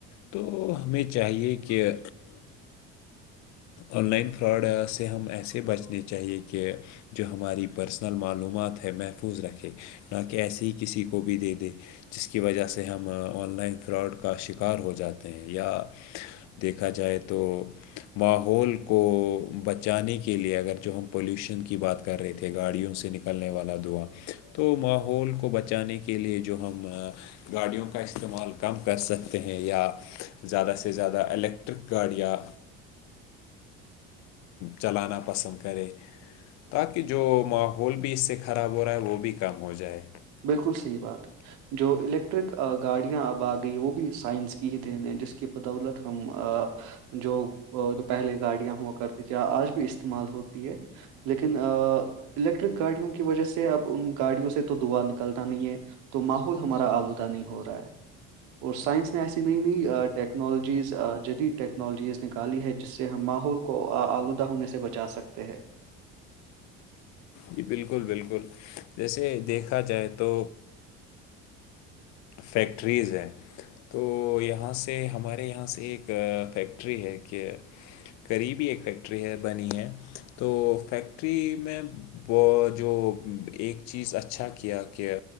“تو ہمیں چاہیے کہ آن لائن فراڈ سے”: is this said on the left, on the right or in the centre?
Left